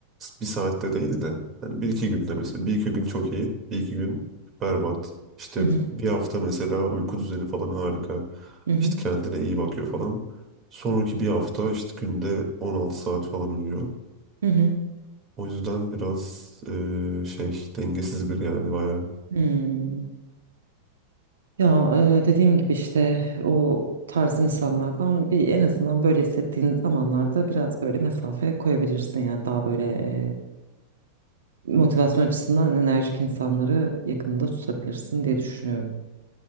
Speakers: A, on the right (about 30°); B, on the right (about 85°).
A: bir saatte değil de hani bir iki günde mesela bir iki gün çok iyi bir iki gün berbat. İşte
B: Hı hı.
A: bir hafta mesela uyku düzeni falan harika.
B: Hı hı.
A: İşte kendine iyi bakıyor falan. Sonraki bir hafta işte günde 16 saat falan uyuyor.
B: Hı hı.
A: O yüzden biraz e, şey dengesiz bir yani bayağı.
B: Hmm. Ya e, dediğim gibi işte o tarz insanlardan bir en azından böyle hissettiğin zamanlarda biraz böyle mesafe koyabilirsin yani daha böyle e, motivasyon açısından enerjik insanları yakında tutabilirsin diye düşünüyorum.